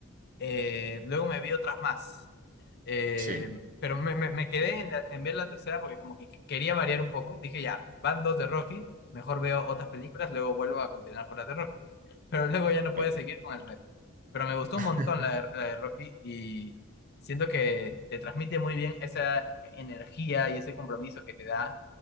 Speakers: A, on the left (about 50°); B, on the right (about 40°).
A: eh, luego me vi otras más Eh,
B: Sí,
A: pero me, me- me quedé en, la- en ver la tercera porque como que qu- quería variar un poco. Dije, ya, van dos de Rocky, mejor veo otras películas, luego vuelvo a continuar con las de Rocky. <laughs> Pero luego ya no
B: claro,
A: pude seguir con el reto. Pero me gustó
B: <laughs>
A: un montón la de, la de Rocky y siento que te transmite muy bien esa energía y ese compromiso que te da